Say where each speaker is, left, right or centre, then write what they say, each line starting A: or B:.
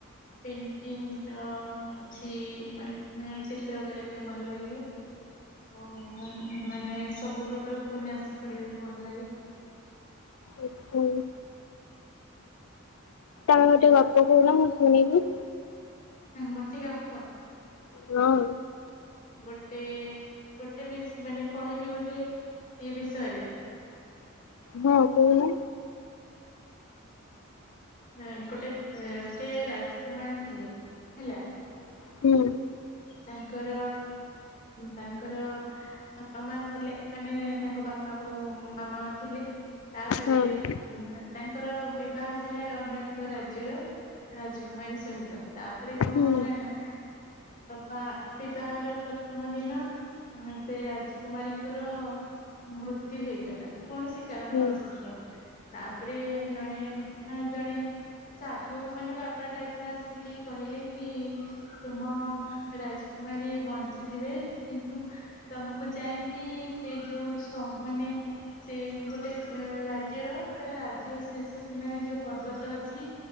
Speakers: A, on the left; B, on the left.
A: ପେଣ୍ଟିଙ୍ଗର ଅଛି ମାନେ ଚିତ୍ର କରିବା ପାଇଁ ଭଲ ଲାଗେ। ଆଉ ମାନେ ସବୁ ପ୍ରକାର ଉପନ୍ୟାସ ପଢିବାକୁ ଭଲ ଲାଗେ।
B: ଓହୋ। ତ ଗୋଟେ ଗପ କହୁନ ମୁଁ ଶୁଣିବି।
A: ଗୋଟେ ଗପ।
B: ହଁ।
A: ଗୋଟେ ଗୋଟେ ବି ମାନେ କହିବି ଗୋଟେ ଇଏ ବିଷୟରେ।
B: ହଁ କହୁନ।
A: ହ ଗୋଟେ ରାଜକୁମାର ଥିଲେ ହେଲା।
B: ହୁଁ।
A: ତାଙ୍କର ତାଙ୍କର ବାପା ମା ଥିଲେ ମାନେ ତାଙ୍କ ବାପା ବୋଉ ମାମା ଥିଲେ ତାପରେ
B: ହଁ
A: ତାଙ୍କର ବିବାହ ହେଲା ଅନେକ ରାଜ୍ୟର ରାଜକୁମାରୀ ସହିତ। ତାପରେ କଣ
B: ହୁଁ
A: ହେଲା ନା ବା ବିବାହର ପ୍ରଥମ ଦିନ ହ ସେ ରାଜକୁମାରୀଙ୍କର ମୃତ୍ୟୁ ହେଇଗଲା କୌଣସି କାରଣ
B: ହୁଁ
A: ବସତ ତାପରେ ଜଣେ ଜଣେ ସାଧୁ ମାନେ ବାବା ଟାଇପର ଆସିକି କହିଲେ କି ତୁମ ରାଜକୁମାରୀ ବଞ୍ଚିଯିବେ କିନ୍ତୁ ତମକୁ ଯାଇକି ସେ ଯୋଉ ମାନେ ସେ ଗୋଟେ ରାଜ୍ୟର ପୁରା ରାଜ୍ୟ ଶେଷ ସୀମାରେ ଯୋଉ ପର୍ବତ ଅଛି।